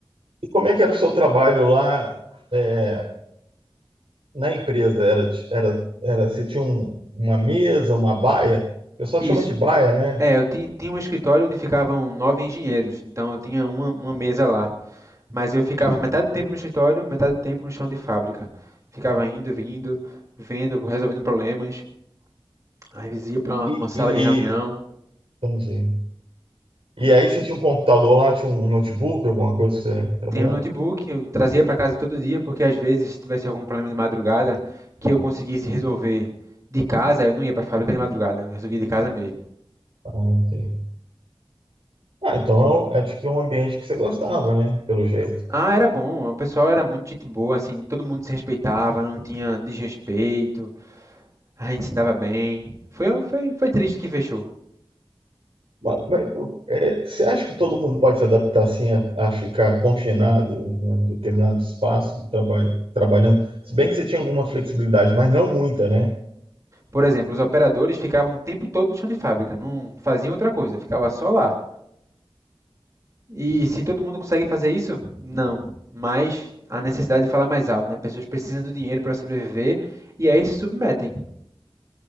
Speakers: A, on the right; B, on the right.
A: E como é que era o seu trabalho lá, é, na empresa? Era, era, era, você tinha um- uma mesa, uma baia? O pessoal
B: Isso.
A: chama de baia, né?
B: É, eu ti- tinha um escritório onde ficavam nove engenheiros, então eu tinha uma, uma mesa lá. Mas eu ficava metade do tempo no escritório, metade do tempo no chão de fábrica. Ficava indo, vindo, vendo, resolvendo problemas. Às vezes ia para uma
A: E,
B: uma sala
A: e,
B: de reunião.
A: entendi. E aí você tinha um computador lá, tinha um notebook, alguma coisa que você trabalhava?
B: Tem um notebook, eu trazia para casa todo dia, porque às vezes se tivesse algum problema de madrugada que eu conseguisse resolver de casa, eu não ia para a fábrica de madrugada, eu resolvia de casa mesmo.
A: Ah, entendi. Ah, então é, é tipo um ambiente que você gostava, né? Pelo jeito.
B: Ah, era bom, o pessoal era muito gente boa, assim, todo mundo se respeitava, não tinha desrespeito, a gente se dava bem. Foi, foi, foi triste que fechou.
A: Mas, mas, é, você acha que todo mundo pode se adaptar assim a, a ficar confinado em um determinado espaço, traba- trabalhando? Se bem que você tinha alguma flexibilidade, mas não muita, né?
B: Por exemplo, os operadores ficavam o tempo todo no chão de fábrica, não faziam outra coisa, ficava só lá. E se todo mundo consegue fazer isso? Não. Mas a necessidade de falar mais alto, né? Pessoas precisam do dinheiro para sobreviver e aí se submetem.